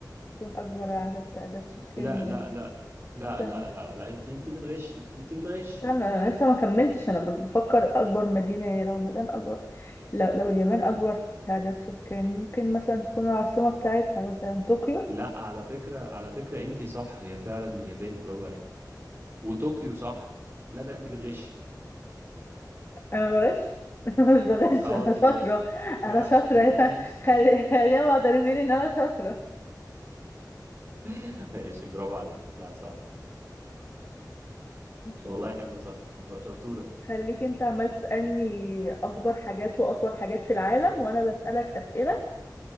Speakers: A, on the left; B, on the right.
A: بيكون اكبر عدد تعداد سكان
B: لا لا
A: يعني
B: لا لا
A: سهل
B: لا لا لا أنت أنت بتغشي أنت بتغشي
A: بس انا لسه ما كملتش انا بفكر اكبر مدينه يعني لو المدينه اكبر لو, لو اليابان اكبر تعداد سكان ممكن مثلا تكون العاصمه بتاعتها مثلا طوكيو
B: لا على فكرة على فكرة أنت صح هي فعلا اليابان برافو عليك وطوكيو صح لا ده أنت بتغشي
A: انا بغش <laughs> مش بغش
B: أه
A: انا
B: أنت
A: شاطره
B: بتغشي لا
A: انا شاطره
B: أنت بتغشي
A: <laughs> يا فا خلي خليهم معترفين ان انا شاطره
B: <laughs> ماشي برافو عليك لا صح
A: ماشي
B: والله
A: يا سيدي.
B: حلو صح شطورة
A: خليك انت عمال تسالني اكبر حاجات واطول حاجات في العالم وانا بسالك اسئله